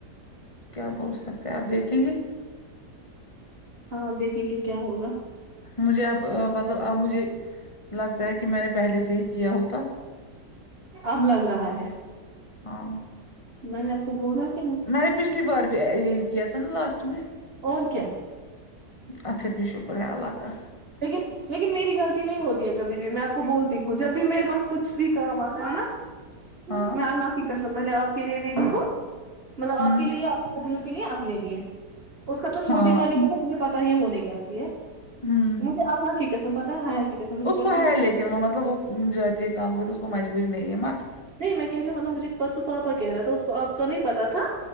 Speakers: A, on the left; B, on the right.
A: کیا بول سکتے ہیں آپ دیکھیں گے
B: ہاں دیکھیں گے کیا ہوگا
A: مجھے اب مطلب آب مجھے لگتا ہے کہ میں نے پہلے سے ہی کیا ہوتا
B: اب لگ رہا ہے
A: ہاں
B: میں نے آپ کو بولا ت
A: میں نے پچھلی بار بھی یہی کیا تھا نا لاسٹ میں
B: اور کیا
A: آ پھر بھی شکر ہے اللہ کا
B: لیکن لیکن میری غلطی نہیں ہوتی ہے کبھی بھی میں آپ کو بولتی ہوں جب بھی میرے پاس کچھ بھی کام آتا ہے نا
A: ہاں
B: میں اللہ کی کسم پہلے آپ کے لیے ل د ہوں مطلب آپ
A: ہوں
B: کے لیے آپ کی بہنوں کے لیے اپپنےے لیے اس کا تو چھوٹی
A: ہاں
B: والی مجھے پتا ہی ہے وہ نہیں کرتی ہے
A: ہوں
B: مجھے اللہ کی قسم پتا ہے حیا کی قسم مجھے
A: اس
B: پرس
A: کو ہے لیکن وہ مطلب وہ جتی یہ کام کرئی تو اس کو مجبوری نہیں ہے مت
B: نہیں میں کہہ رہی ہوں مطلب مجھے پرسوں پاپا کہہ رہا تھا اس کو آپ کا نہیں پتا تھا